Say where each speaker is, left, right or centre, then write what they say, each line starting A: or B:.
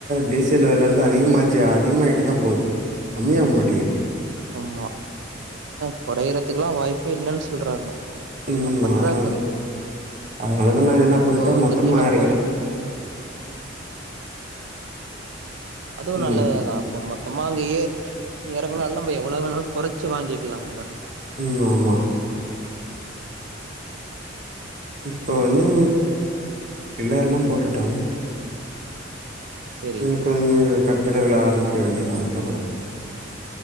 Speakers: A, on the right (about 40°); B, on the right (about 65°).
A: டீசல் வெல வந்து அதிகமாச்சு அதிகமாகிட்டு தா போகுது கம்மியாக மாட்டேங்து
B: ஆமா அ கொறையறத்துக்கெல்லா வாய்ப்பே இல்லன்னு சொல்றாங்க
A: ம்
B: ஆ பற்றாக்குறை
A: அதனால அதனால தான் நாங்கள் என்ன
B: இப்போ
A: பண்ணிட்டோம்
B: வந்துட்டு
A: மொத்தமாக
B: நம்போ
A: இறக்கிட்டோம்
B: அதுவு
A: ம்
B: நல்லது தா இப்ப மொத் தமா அங்கேயே எறங்கனாலு நம்ம எவ்வளோ வேணாலு கொறச்சு வாங்கிக்கலாம்ல
A: ம் ஆமா
B: ம்.
A: இப்ப வந்து பிள்ளர்லா போட்டுட்டோ
B: சரி.
A: ம் கொஞ்ச கட்டிட வேல ஆரம்பிக்க வேண்டியதா அதுக்கப்பறோ